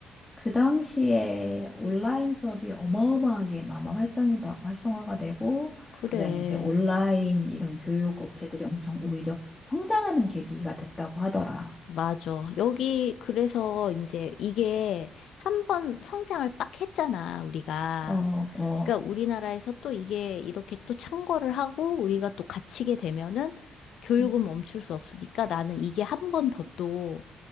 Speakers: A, on the left (about 20°); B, on the left (about 75°).
A: 그 당시에 온라인 수업이 어마어마하게 아마 활성이 다, 활성화가 되고,
B: 그래.
A: 그다음에 이제 온라인 이런 교육 업체들이 엄청 오히려 성장하는 계기가 됐다고 하더라.
B: 맞아. 여기, 그래서 이제 이게 한 번 성장을 빡 했잖아, 우리가.
A: 어, 어.
B: 그러니까 우리나라에서 또 이게 이렇게 또 창궐을 하고 우리가 또 갇히게 되면은 교육은
A: 음,
B: 멈출 수 없으니까 나는 이게 한 번 더 또,